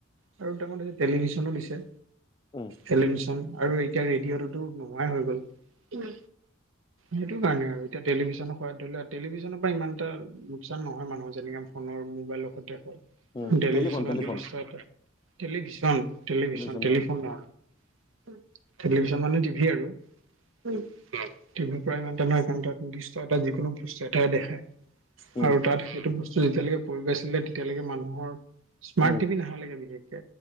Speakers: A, on the right; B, on the left.
A: <unintelligible> টেলিভিশনো দিছে,
B: উম,
A: টেলিভিশন আৰু এতিয়া ৰেডিঅ'টোতো <unintelligible> হৈ গ'ল, উম সেইটো কাৰণে আৰু এতিয়া টেলিভিছনৰ সোৱাদ ধৰি ল টেলিভিছনৰ পৰা ইমান এটা লোকচান নহয় মানুহ যেনেকে ফোনৰ মোবাইলৰ সৈতে <unintelligible>
B: উম,
A: টেলিভিশনৰ
B: telephone টেলিফোন
A: news <unintelligible> television, television,
B: টেলিভিশ্যন
A: telephone
B: ন
A: উম, উম লিভছন্ মানে টিভি আৰু উম, উম <unintelligible> দৃশ্য এটা যিকোনো দৃশ্য এটা দেখায়
B: উম,
A: আৰু তাত সেইটো বস্তু <unintelligible> তেতিয়ালৈকে মানুহৰ স্মাৰ্ট
B: উম,
A: টিভি নাহালেকে বিশেষকে।